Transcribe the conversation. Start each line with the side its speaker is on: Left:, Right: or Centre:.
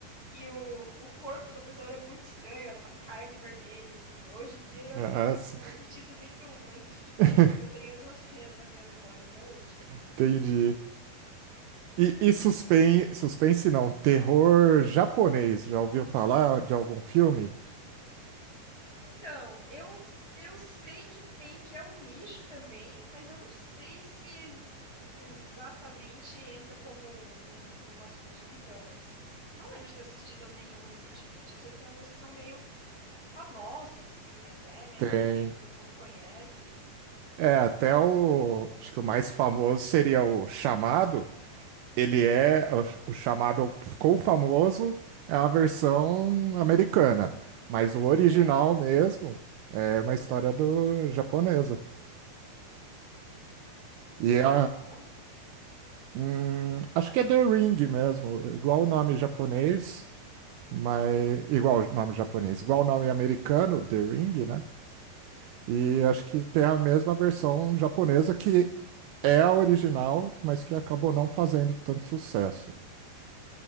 Left: E o, o corpo da pessoa era muito estranho, era uma carne vermelha, assim. Hoje em dia eu
Right: Nossa.
Left: sei que isso não faz sentido nenhum, mas <laughs>
Right: <laughs>
Left: eu tenho essa cena na minha memória até hoje.
Right: Entendi. E, e suspense, suspense não, terror japonês. Já ouviu falar de algum filme?
Left: Então, eu eu sei que tem, que é um nicho também, mas eu não sei se ex- exatamente entra como um- uma subdivisão, mas não lembro de ter assistido a nenhum recentemente. Eu sei que tem alguns que são meio famosos, assim, até, né?
Right: Tem.
Left: Que meio que todo mundo conhece.
Right: É, até o. Acho que o mais famoso seria o Chamado. Ele é. O, o Chamado que ficou famoso é a versão americana. Mas o original
Left: É, né?
Right: mesmo é uma história do japonesa.
Left: Você
Right: E
Left: sabe
Right: é.
Left: o nome?
Right: hum, acho que é The Ring mesmo. Igual o nome japonês, mas. Igual o nome japonês. Igual o nome americano, The Ring, né? E acho que tem a mesma versão japonesa que é a original, mas que acabou não fazendo tanto sucesso.